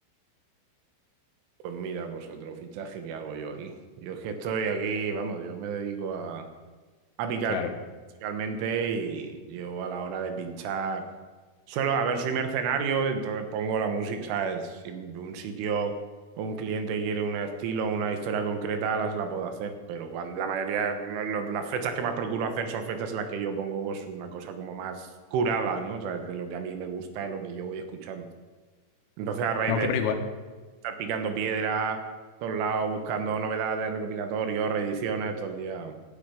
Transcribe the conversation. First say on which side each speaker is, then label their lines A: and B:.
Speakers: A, on the right (about 75°); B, on the left (about 80°).
A: Pues mira, pues otro fichaje que hago yo aquí. Yo es que estoy aquí, vamos, yo me dedico a, a picar
B: Claro.
A: pi- principalmente y yo a la hora de pinchar, suelo, a ver, soy mercenario, entonces pongo la música, ¿sabes? Si un sitio o un cliente quiere un estilo o una historia concreta, las la puedo hacer, pero cuando, la mayoría, lo- lo- las fechas que más procuro hacer son fechas en las que yo pongo pues una cosa como más curada, ¿no? O sea, de lo que a mí me gusta, de lo que yo voy escuchando. Entonces, a raíz
B: No,
A: de
B: claro, igual.
A: estar picando piedra, todos lados, buscando novedades, recopilatorios, reediciones, todo el día,